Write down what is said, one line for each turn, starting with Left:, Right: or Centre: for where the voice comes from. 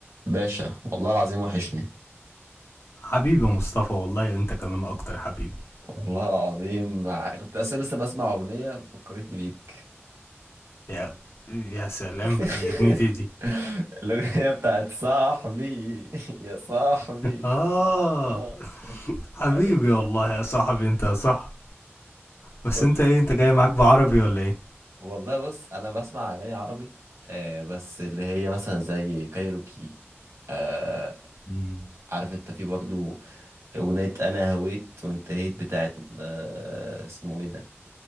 Right: باشا والله العظيم وحشني
Left: حبيبي يا مصطفى والله انت كمان اكتر حبيبي
Right: والله العظيم مع... كنت اصلا لسه بسمع اغنيه وفكرتني بيك
Left: يا يا سلام
Right: <laughs>
Left: دي اغنيتي دي
Right: الاغنيه بتاعت صاحبي يا صاحبي
Left: اه
Right: آه،
Left: حبيبي
Right: عارف
Left: والله يا صاحبي انت يا صاحبي بس
Right: <laughs> قول
Left: انت
Right: لي
Left: ايه انت جاي معاك بعربي ولا ايه
Right: والله بص انا بسمع اغاني عربي آه بس اللي هي مثلا زي كايروكي آه
Left: مم.
Right: عارف انت في برضو اغنيه انا هويت وانتهيت بتاعت آه اسمه ايه ده